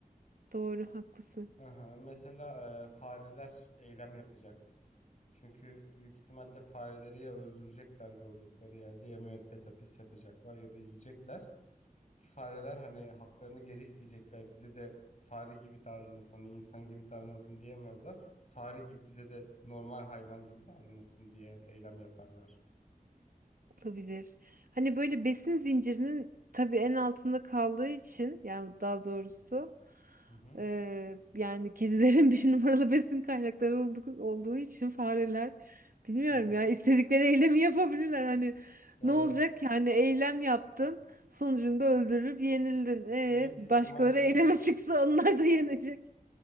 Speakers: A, on the right; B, on the left.
A: Doğru haklısın.
B: Aha, mesela e, fareler eylem yapacak. Çünkü büyük ihtimalle fareleri ya öldürecekler gördükleri yerde ya müebbet hapis yapacaklar ya da yiyecekler. Ki fareler hani haklarını geri isteyecekler. Bize de fare gibi davranılsın, insan gibi davranılsın diyemezler. Fare gibi bize de normal hayvan gibi davranılsın diye eylem yaparlar.
A: Olabilir. Hani böyle besin zincirinin tabii en altında kaldığı için yani daha doğrusu
B: Hı hı.
A: eee, yani kedilerin <laughs> bir numaralı besin kaynakları olduğu olduğu için fareler bilmiyorum
B: Hı hı.
A: ya istedikleri eylemi yapabilirler. Hani
B: Evet.
A: ne olacak ki? Hani eylem yaptın sonucunda öldürüp yenildin. E,
B: Büyük
A: başkaları
B: ihtimalle
A: eyleme çıksa onlar da yenecek.